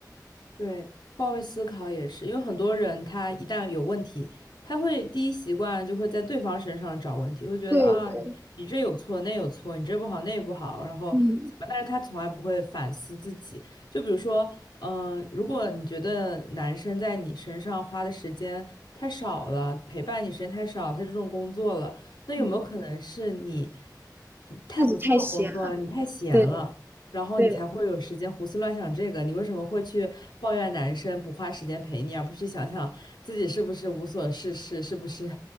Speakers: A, on the left; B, on the right.
A: 对，换位思考也是，因为很多人他一旦有问题，他会第一习惯就会在对方身上找问题，会觉得啊，
B: 对的，
A: 你这有错，那有错，你这不好，那不好，然后怎么？
B: 嗯，
A: 但是他从来不会反思自己。就比如说，嗯、如果你觉得男生在你身上花的时间太少了，陪伴你时间太少，太注重工作了，那有没有可能是你
B: 嗯
A: 不太不注重工作了，
B: 自己太闲了。
A: 你太闲了？
B: 对
A: 然后你才会有时间胡思乱想这个。
B: 对，
A: 你为什么会去抱怨男生不花时间陪你，而不去想想自己是不是无所事事，是不是？